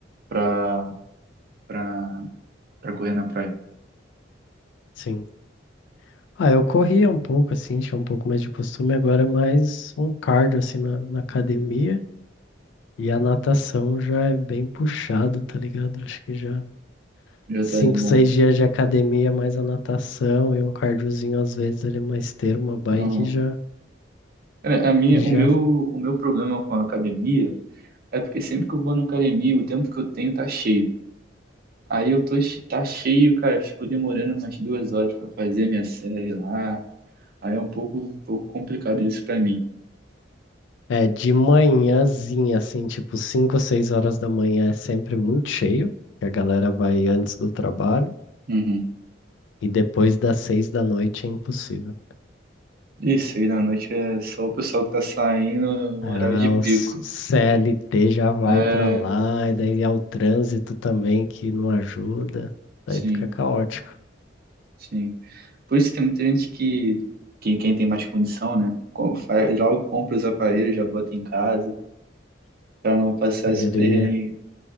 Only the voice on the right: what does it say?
pra, pra, pra correr na praia.
Já
tá de bom.
Aham.
Cara, a minha,
o meu, o meu problema com a academia é porque sempre que eu vou na academia, o tempo que eu tenho tá cheio. Aí eu tô, che- tá cheio, cara, fico demorando umas duas horas pra fazer minha série lá. Aí é um pouco, um pouco complicado isso pra mim.
Uhum.
Isso, aí na noite é só o pessoal que tá saindo no
horário de pico.
É,
sim,
sim. Por isso que tem muita gente que, que quem tem mais condição, né? com- faz- Logo compra os aparelhos, já bota em casa. para não passar
esse perrengue.